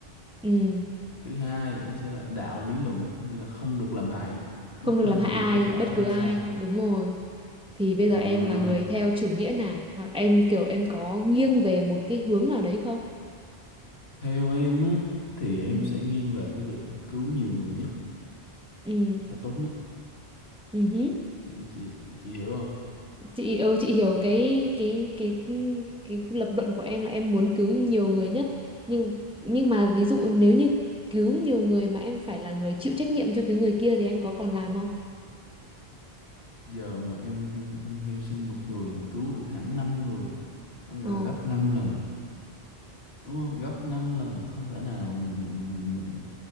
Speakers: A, in the centre; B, on the left.
A: ừ.
B: thứ hai nó sẽ là đạo lý luận có nghĩa là không được làm hại
A: Không
B: bất cứ
A: được làm
B: ai
A: hại
B: dù
A: ai,
B: kết quả
A: bất
B: có
A: cứ
B: ra
A: ai.
B: sao
A: Đúng rồi. Thì bây
B: à,
A: giờ em là người theo chủ nghĩa nào? Hoặc em kiểu em có nghiêng về một cái hướng nào đấy không?
B: theo em á thì em
A: Ừ,
B: sẽ nghiêng về cái việc là cứu nhiều người nhất
A: ừ,
B: là tốt nhất
A: ừ.
B: chị chị chị hiểu không
A: chị ừ, chị hiểu cái cái cái ừ, cái lập luận của em là em muốn cứu nhiều người nhất nhưng nhưng mà ví dụ nếu như cứu nhiều người mà em phải là người chịu trách nhiệm cho cái người kia thì em có còn làm không?
B: giờ mà em em hy sinh một người mà cứu được hẳn năm người có nghĩa
A: Ồ.
B: là gấp 5 lần đúng không gấp 5 lần không thể nào mình mình mình